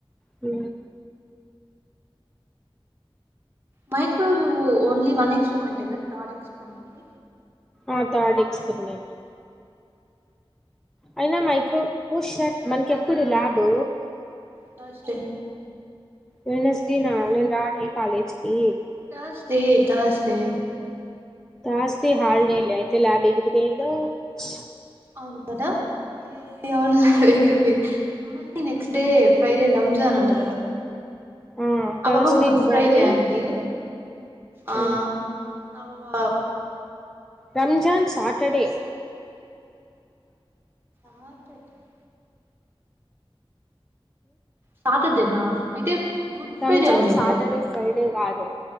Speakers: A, in the centre; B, on the right.
A: హ
B: microwave only one experiment third experiment
A: ఆ థర్డ్ ఎక్స్పెరిమెంట్ అయినా మైక్రో ఓ షట్ మనకేప్పుడు lab
B: Thursday
A: Wednesday నా నేను రానే కాలేజీకి
B: Thursday Thursday
A: Thursday holiday లే ఎగిరిపోయింది దోచ్.
B: అవును కదా హే అవును ఎగిరిపోయింది. మళ్లీ నెక్స్ట్ డే ఫ్రైడే రంజాన్ అంట కదా.
A: ఆ థర్స్డే
B: అబ్బబ్బ గుడ్
A: ఉగాది
B: ఫ్రైడే అండి ఆ
A: ఉమ్,
B: అవు అవు
A: రంజాన్ శాటర్డే
B: హార్ట్ ఎటాక్ సాటర్డేనా అయితే గుడ్
A: రంజాన్
B: ఫ్రైడే ఉంది
A: సాటర్డే
B: కదా
A: ఫ్రైడే కాదు